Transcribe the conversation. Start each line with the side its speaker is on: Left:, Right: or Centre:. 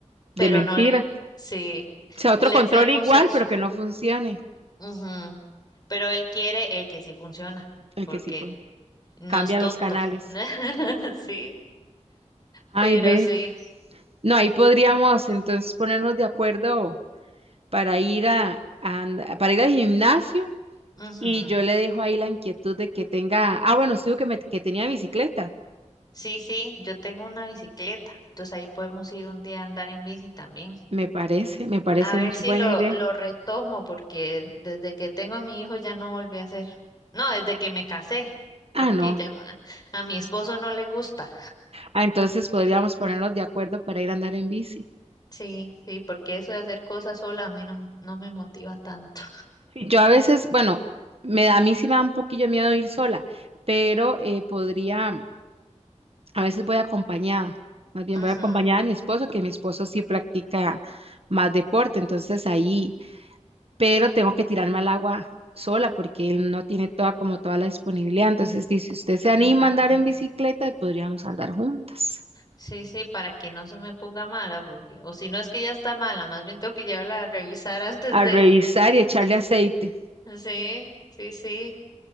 Left: pero
Right: de mentiras.
Left: no le, sí,
Right: O sea, otro
Left: le
Right: control
Left: hacemos
Right: igual,
Left: eso.
Right: pero que no funcione.
Left: Ujú. Pero él quiere el que sí funciona,
Right: El
Left: porque
Right: que sí fue.
Left: no
Right: Cambia
Left: es tonto.
Right: los canales.
Left: <laughs> Sí,
Right: Ay,
Left: pero
Right: ve.
Left: sí.
Right: No, ahí podríamos entonces ponernos de acuerdo para ir a, a and- para ir al gimnasio
Left: Ujú.
Right: y yo le dejo ahí la inquietud de que tenga, ah, bueno, sí, que, me- que tenía bicicleta.
Left: Sí, sí, yo tengo una bicicleta. Entonces ahí podemos ir un día a andar en bici también.
Right: Me parece, me parece
Left: A ver
Right: muy
Left: si
Right: buena
Left: lo,
Right: idea.
Left: lo retomo, porque desde que tengo a mi hijo ya no volví a hacer. No, desde que me casé,
Right: Ah,
Left: porque
Right: no.
Left: ya ma- a mi esposo no le gusta.
Right: Ah, entonces podríamos ponernos de acuerdo para ir a andar en bici.
Left: Sí, sí, porque eso de hacer cosas sola a mí no, no me motiva tanto.
Right: Sí. Yo Sí. a veces, bueno, me da, a mí sí me da un poquillo de miedo ir sola, pero eh, podría. A veces voy acompañada, más bien
Left: <laughs> Ujú,
Right: voy acompañada de mi esposo, que mi esposo sí practica más deporte, entonces ahí, pero tengo que tirarme al agua sola porque él no tiene toda como toda la disponibilidad. Entonces dice, si usted se anima
Left: Claro.
Right: a andar en bicicleta, podríamos andar juntas,
Left: Sí, sí, para que no se me ponga mala, porque, o si no es que ya está mala, más bien tengo que llevarla a revisar <laughs> antes
Right: a
Left: de.
Right: revisar y echarle aceite.
Left: Sí, sí, sí.